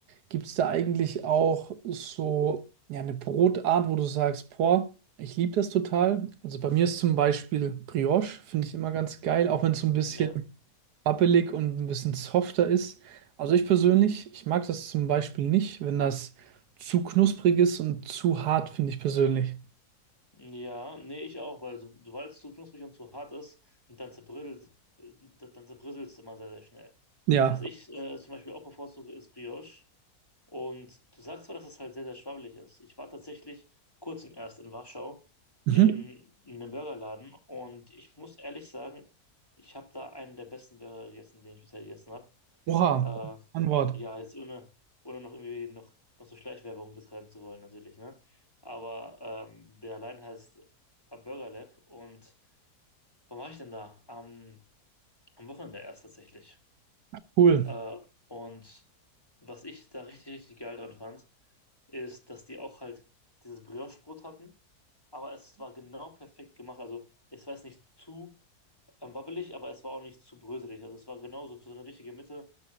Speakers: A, on the right; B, on the left.
A: Gibt es da eigentlich auch so ja, eine Brotart, wo du sagst, boah, ich liebe das total? Also bei mir ist zum Beispiel Brioche, finde ich immer ganz geil, auch wenn es so ein bisschen
B: Ja.
A: wabbelig und ein bisschen softer ist. Also ich persönlich, ich mag das zum Beispiel nicht, wenn das zu knusprig ist und zu hart, finde ich persönlich.
B: Ja, nee, ich auch, weil so, sobald es zu knusprig und zu hart ist, dann zerbröselt, äh, d- dann zerbröselt du immer sehr, sehr schnell.
A: Ja.
B: Was ich äh, zum Beispiel auch bevorzuge, ist Brioche. Und du sagst zwar, dass es halt sehr, sehr schwabbelig ist. Ich war tatsächlich vor kurzem erst in Warschau
A: Mhm.
B: in, in einem Burgerladen und ich muss ehrlich sagen, ich habe da einen der besten Burger gegessen, den ich bisher gegessen habe.
A: Oha,
B: Äh,
A: Antwort.
B: ja, jetzt ohne, ohne noch irgendwie noch, noch so Schleichwerbung betreiben zu wollen, natürlich, ne? Aber ähm, der allein heißt A Burger Lab und wann war ich denn da? Am, am Wochenende erst tatsächlich.
A: Cool.
B: Äh, und was ich da richtig, richtig geil dran fand, ist, dass die auch halt dieses Brioche-Brot hatten, aber es war genau perfekt gemacht. Also es war jetzt nicht zu ähm, wabbelig, aber es war auch nicht zu bröselig. Also es war genau so so eine richtige Mitte